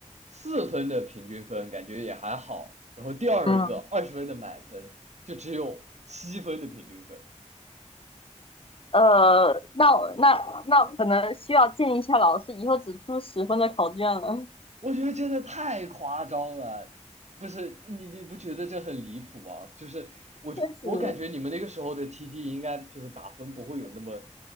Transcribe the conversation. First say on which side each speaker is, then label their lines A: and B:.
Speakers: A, on the right (about 65°); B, on the left (about 50°).
A: 四分的平均分，感觉也还好。然后第二个二十分的满分，
B: 嗯。
A: 就只有七分的平均分，
B: 呃，那我那那可能需要建议一下老师，以后只出十分的考卷了。<laughs>
A: 我觉得真的太夸张了。不是你你不觉得这很离谱吗？就是我我感觉你们那个时候的
B: 确实，
A: TD 应该就是打分不会有那么，